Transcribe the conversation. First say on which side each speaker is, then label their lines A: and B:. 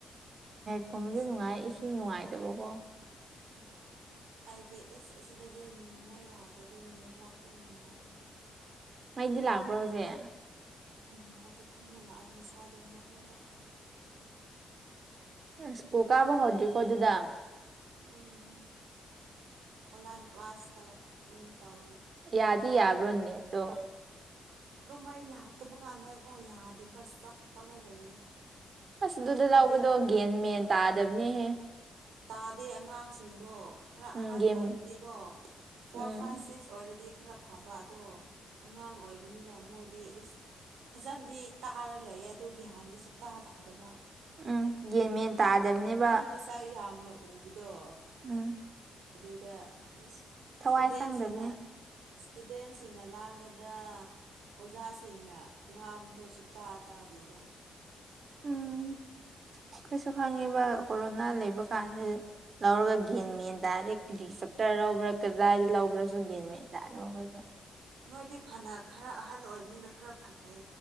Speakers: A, on the right; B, on the right.
A: ꯀꯨꯝꯕꯗꯤ
B: ꯑꯁ
A: ꯅꯨꯡꯉꯥꯏ ꯏꯁꯤꯡ ꯅꯨꯡꯉꯥꯏꯗꯕꯀꯣ
B: ꯎꯝ ꯑꯩꯗꯤ ꯏꯁ ꯑꯁꯤꯗꯗꯤ ꯃꯩ ꯂꯥꯛꯇ꯭ꯔꯗꯤ ꯅꯦꯠꯋꯥꯛ ꯇꯣ ꯅꯨꯡꯉꯥꯏꯇꯕ
A: ꯃꯩꯗꯤ ꯂꯥꯛꯄ꯭ꯔꯣ ꯍꯧꯖꯤꯛ
B: ꯎꯝ ꯍꯧꯖꯤꯛ ꯑꯃꯨꯛ ꯂꯥꯛꯑꯦ ꯉꯁꯥꯏꯗꯣ ꯃꯨꯠꯂꯒ
A: ꯁ꯭ꯀꯨꯜ ꯀꯥꯕ ꯍꯧꯗ꯭ꯔꯤꯀꯣ ꯑꯗꯨꯗ
B: ꯎꯝ ꯑꯣꯟꯂꯥꯏꯟ ꯀ꯭ꯂꯥꯁ ꯇꯧ ꯎꯝ ꯇꯧꯔꯤ
A: ꯌꯥꯗꯤ ꯌꯥꯕ꯭ꯔꯣ ꯅꯦꯠ ꯇꯣ
B: ꯑꯗꯨꯝ ꯃꯩ ꯂꯥꯛꯇꯕ ꯀꯥꯟꯗꯒꯣ ꯌꯥꯗꯦ ꯕꯁ ꯆꯞꯄꯒ ꯂꯩꯌꯦ
A: ꯑꯁ ꯑꯗꯨꯗ
B: ꯃꯣꯏ ꯈꯣꯟꯖꯦꯜꯁꯨ
A: ꯂꯧꯕꯗꯣ ꯒꯦꯟ ꯃꯦꯟ ꯇꯥꯗꯕꯅꯦꯍꯦ
B: ꯇꯥꯗꯦ ꯑꯉꯥꯡꯁꯤꯡꯗꯣ ꯈꯔ
A: ꯎꯝ
B: ꯑꯍꯟ
A: ꯒꯦꯝ
B: ꯑꯣꯏꯔꯗꯤꯀꯣ ꯐꯣꯔ
A: ꯎꯝ
B: ꯐꯥꯏꯚ ꯁꯤꯛꯁ ꯑꯣꯏꯔꯗꯤ ꯈꯔ ꯐꯥꯕ ꯑꯗꯣ ꯑꯉꯥꯡ ꯑꯣꯏꯕꯅꯤꯅ ꯃꯣꯏꯗꯤ ꯏꯁ ꯐꯖꯅꯗꯤ ꯇꯥꯔ ꯂꯩꯌꯦ ꯑꯣ ꯒꯍꯥꯟꯗꯤ ꯁꯨꯡꯇꯥ ꯇꯥꯗꯕ
A: ꯎꯝ ꯒ꯭ꯌꯥꯟ ꯃꯦꯟ
B: ꯃꯤ
A: ꯇꯥꯗꯕꯅꯦꯕ
B: ꯃꯤ ꯃꯆꯥꯛ ꯌꯥꯝꯅ ꯎꯕꯗꯣ
A: ꯎꯝ
B: ꯑꯗꯨꯗ ꯏꯁ
A: ꯊꯋꯥꯏ
B: ꯁ꯭ꯇꯨꯗꯦꯟꯁꯤꯡꯅ
A: ꯆꯪꯗꯕꯅꯦ
B: ꯁ꯭ꯇꯨꯗꯦꯟꯁꯤꯡꯅ ꯂꯥꯡꯒꯗ꯭ꯔ ꯑꯣꯖꯥꯁꯤꯡꯅ ꯉꯥꯡꯕꯗꯣ ꯁꯨꯛꯇꯥ ꯇꯥꯗꯦꯕ
A: ꯎꯝ ꯑꯈꯣꯏꯁꯨ ꯈꯪꯉꯤꯕ ꯀꯣꯔꯣꯅꯥ ꯂꯩꯕ ꯀꯥꯟꯁꯤꯗ ꯂꯧꯔꯒ ꯒꯦꯟ ꯃꯦꯟ ꯇꯥꯗꯦ ꯀꯔꯤ ꯆꯞꯇꯔ ꯂꯧꯕ꯭ꯔꯥ ꯀꯗꯥꯏꯗ ꯂꯧꯕ꯭ꯔꯥꯁꯨ ꯒꯦꯟ ꯃꯦꯟ <unintelligible>
B: ꯅꯣꯏꯗꯤ ꯐꯥꯅ ꯈꯔ ꯑꯍꯟ ꯑꯣꯏꯕꯅꯤꯅ ꯈꯔ ꯐꯩꯌꯦ